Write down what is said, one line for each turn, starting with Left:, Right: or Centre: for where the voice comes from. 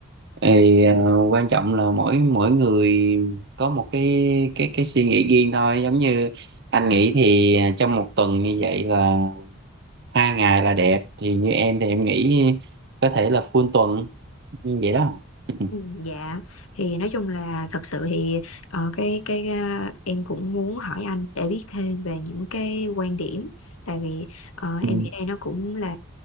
Right: thì ờ, quan trọng là mỗi mỗi người có một cái cái cái suy nghĩ riêng thôi giống như anh nghĩ thì à, trong một tuần như vậy là hai ngày là đẹp thì như em thì em nghĩ có thể là full tuần như vậy đó <laughs>
Left: Ừ, dạ thì nói chung là thật sự thì ờ, cái cái à, em cũng muốn hỏi anh để biết thêm về những cái quan điểm tại vì ờ,
Right: Ừ.
Left: em nghĩ đây nó cũng là